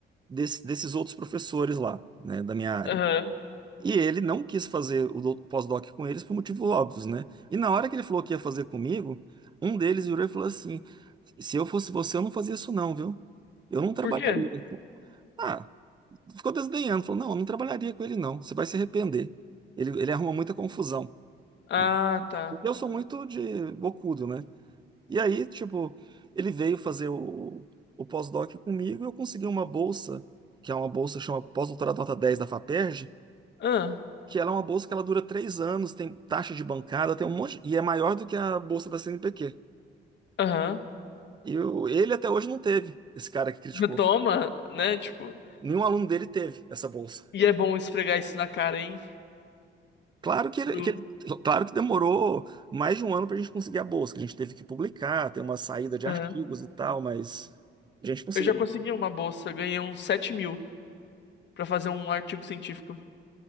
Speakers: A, on the right; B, on the left.
A: desse- desses outros professores lá, né, da minha área.
B: Aham.
A: E ele não quis fazer o do- o pós-doc com eles por motivos óbvios, né? E na hora que ele falou que ia fazer comigo, um deles virou e falou assim: se eu fosse você, eu não fazia isso, não, viu? Eu não trabalharia.
B: Por quê?
A: com-" Ah, ficou desdenhando, falou: não, eu não trabalharia com ele, não. Você vai se arrepender. Ele, ele arruma muita confusão.
B: Ah,
A: né?
B: tá.
A: Porque eu sou muito de bocudo, né? E aí, tipo, ele veio fazer o, o pós-doc comigo e eu consegui uma bolsa, que é uma bolsa que chama Pós-Doutorado Nota 10 da FAPERJ
B: Ah,
A: que ela é uma bolsa que ela dura três anos, tem taxa de bancada, tem um monte, e é maior do que a bolsa da CNPq.
B: aham.
A: E o- ele até hoje não teve, esse cara que criticou.
B: <laughs> Toma, né? Tipo,
A: Nenhum aluno dele teve essa bolsa.
B: e é bom esfregar isso na cara, hein?
A: Claro que ele,
B: Do...
A: que ele- claro que demorou mais de um ano para a gente conseguir a bolsa, que a gente teve que publicar, ter uma saída de
B: Aham.
A: artigos e tal, mas a gente conseguiu.
B: Eu já consegui uma bolsa, ganhei uns 7 mil pra fazer um artigo científico.